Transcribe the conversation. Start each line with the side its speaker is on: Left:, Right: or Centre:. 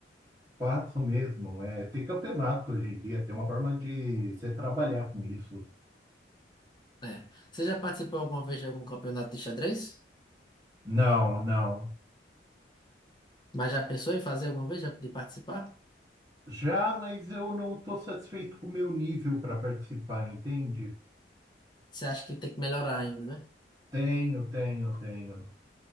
Right: faço mesmo. É, tem campeonato hoje em dia, tem uma forma de você trabalhar com isso.
Left: É. Você já participou alguma vez de algum campeonato de xadrez?
Right: Não, não.
Left: Mas já pensou em fazer alguma vez já de participar?
Right: Já, mas eu não estou satisfeito com o meu nível para participar, entende?
Left: Você acha que tem que melhorar ainda, né?
Right: Tenho, tenho, tenho.